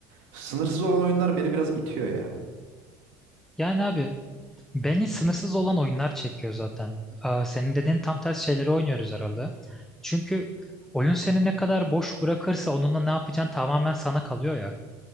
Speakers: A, on the right (about 75°); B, in the centre.
A: Sınırsız olan oyunlar beni biraz itiyor ya.
B: Yani abi Beni sınırsız olan oyunlar çekiyor zaten. Aa, senin dediğin tam tersi şeyleri oynuyoruz herhalde. Çünkü oyun seni ne kadar boş bırakırsa onunla ne yapacağın tamamen sana kalıyor ya.